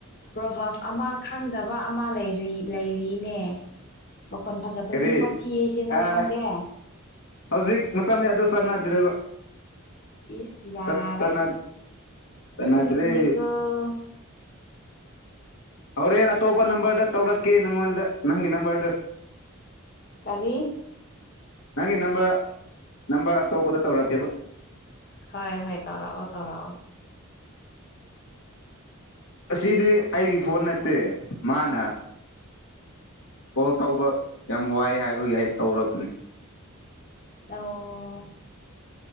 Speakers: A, on the left (about 45°); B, on the left (about 65°).
A: ꯄ꯭ꯔꯣꯚꯥꯞ ꯑꯃ ꯈꯪꯗꯕ ꯑꯃ ꯂꯩꯔꯤ ꯂꯩꯔꯤꯅꯦ ꯃꯈꯣꯟ ꯐꯖꯕ
B: ꯀꯔꯤ
A: ꯃꯤ ꯁꯥꯛꯊꯤꯑꯁꯦ ꯅꯪ
B: ꯑꯥ
A: ꯈꯪꯗꯦ
B: ꯍꯧꯖꯤꯛ ꯃꯇꯝꯁꯦ ꯑꯗꯨ ꯆꯠꯅꯗ꯭ꯔꯦꯕ
A: ꯏꯁ ꯌꯥꯔꯦ
B: ꯆꯠ ꯆꯠꯅ ꯆꯠꯅꯥꯗ꯭ꯔꯦ
A: ꯊꯤꯕꯅꯦꯀꯣ
B: ꯍꯣꯔꯦꯟ ꯑꯇꯣꯞꯄ ꯅꯝꯕꯔꯗ ꯇꯧꯔꯛꯀꯦ ꯅꯪꯉꯣꯟꯗ ꯅꯪꯒꯤ ꯅꯝꯕꯔꯗꯨ
A: ꯀꯔꯤ
B: ꯅꯪꯒꯤ ꯅꯝꯕ ꯅꯝꯕ ꯑꯇꯣꯞꯄꯗ ꯇꯧꯔꯛꯀꯦꯕ
A: ꯍꯣꯏ ꯍꯣꯏ ꯇꯧꯔꯛꯑꯣ ꯇꯧꯔꯛꯑꯣ
B: ꯑꯁꯤꯗꯤ ꯑꯩꯒꯤ ꯐꯣꯟ ꯅꯠꯇꯦ ꯃꯥꯅ ꯀꯣꯜ ꯇꯧꯕ ꯌꯥꯝ ꯋꯥꯏ ꯍꯥꯏꯕꯒꯤ ꯑꯩ ꯇꯧꯔꯛꯄꯅꯦ
A: ꯑꯣ